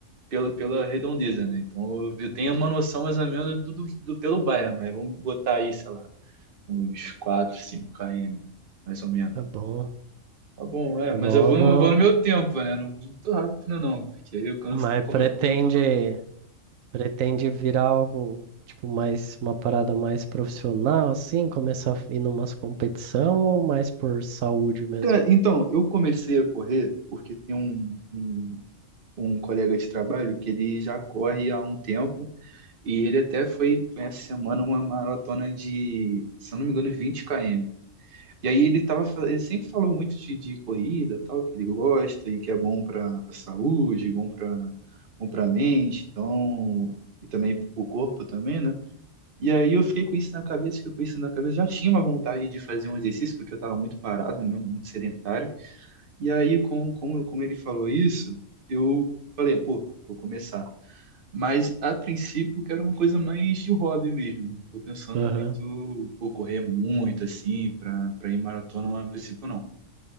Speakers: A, on the right; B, on the right.
A: pela, pela redondeza, né? Então eu, eu tenho uma noção mais ou menos do, do, do- pelo bairro, mas vamos botar aí, sei lá, uns 4 5 km, mais ou menos.
B: Tá bom.
A: Tá bom, é,
B: Logo,
A: mas eu vou no, vou no meu tempo, né? Não vou muito rápido, não, porque aí eu canso,
B: mas
A: como,
B: pretende.
A: como eu tô no,
B: Pretende virar algo, tipo, mais uma parada mais profissional, assim, começar a ir numas competição ou mais por saúde mesmo?
A: Cara, Então, eu comecei a correr porque tem um, um, um colega de trabalho que ele já corre há um tempo e ele até foi, foi essa semana uma maratona de, se eu não me engano, 20 km. E aí ele tava, fa- ele sempre falou muito de, de corrida, tal, que ele gosta e que é bom para a saúde, bom para bom para mente, então, e também para o corpo também, né? E aí eu fiquei com isso na cabeça, fiquei com isso na cabeça, já tinha uma vontade de fazer um exercício porque eu estava muito parado, né, muito sedentário. E aí, com, com, como ele falou isso, eu falei, pô, vou começar. Mas, a princípio, eu quero uma coisa mais de hobby mesmo. Tô pensando
B: Aham.
A: muito, pô, correr muito, assim, pra, pra ir maratona, mas a princípio não.